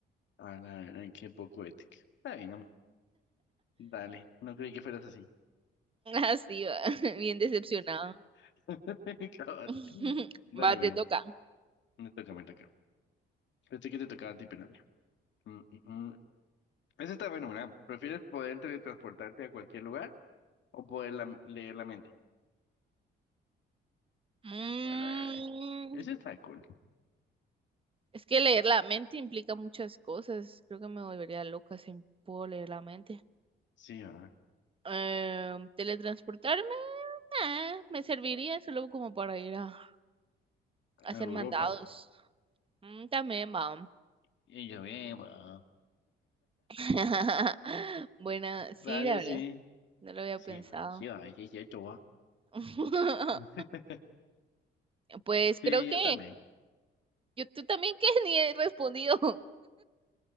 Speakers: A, on the left; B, on the right.
A: Ah, la verdad, qué poco ética. Está bien, am- dale. No creí que fueras así.
B: Así va. <laughs> Bien decepcionado.
A: <laughs> Cabal.
B: <laughs>
A: Dale,
B: Va,
A: güey.
B: te toca.
A: Me toca, me toca. Pensé que te tocaba a ti, pero dale. Mm, mm, mm. Esa está bueno, ¿verdad? ¿Prefieres poder teletransportarte a cualquier lugar o poder la- leer la mente?
B: Mm,
A: Bueno, ese está cool.
B: es que leer la mente implica muchas cosas. Creo que me volvería loca si puedo leer la mente.
A: Sí, ah,
B: Eh, teletransportarme, eh, me serviría solo como para ir a, a hacer
A: A Europa.
B: mandados. Mm, también, va.
A: Y yo, bien, va.
B: <laughs> Buena, sí,
A: Dale,
B: la verdad,
A: sí.
B: no lo había
A: Sí,
B: pensado.
A: ay, sí, ay, sí, sí, hecho, guau.
B: <laughs>
A: <laughs>
B: Pues
A: Sí,
B: creo que
A: yo también.
B: yo tú también que <laughs> ni he respondido.